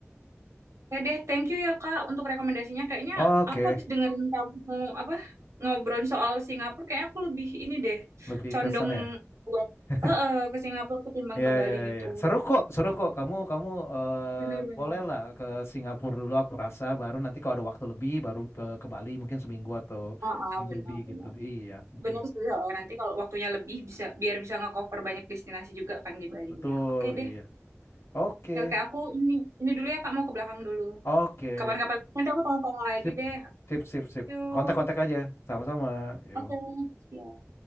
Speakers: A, on the right (about 80°); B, on the left (about 55°).
A: Ya deh, thank you ya Kak untuk rekomendasinya. Kayaknya
B: Oke.
A: aku habis dengerin kamu apa ngobrol soal Singapura, kayak aku lebih ini deh
B: Lebih
A: condong
B: ke sana ya.
A: buat
B: <laughs>
A: eh, eh, ke Singapura ketimbang
B: Iya,
A: ke Bali
B: iya,
A: gitu.
B: iya. Seru kok, seru kok. Kamu kamu eh
A: Benar-benar.
B: bolehlah ke Singapura dulu aku rasa baru nanti kalau ada waktu lebih baru ke, ke Bali mungkin seminggu atau
A: Ah,
B: seminggu
A: benar-benar.
B: lebih gitu. Iya. mm-mm.
A: Benar sih. heeh. Nanti kalau waktunya lebih bisa biar bisa nge-cover banyak destinasi juga kan di Balinya.
B: Betul,
A: Oke deh.
B: iya. Oke.
A: Ya, oke aku ini ini dulu ya Kak mau ke belakang dulu.
B: Oke.
A: Kapan-kapan nanti aku tanya-tanya lagi
B: Sip.
A: deh.
B: Sip, sip, sip.
A: Yuk.
B: Kontak-kontak aja. Sama-sama. Yuk.
A: Oke. ya.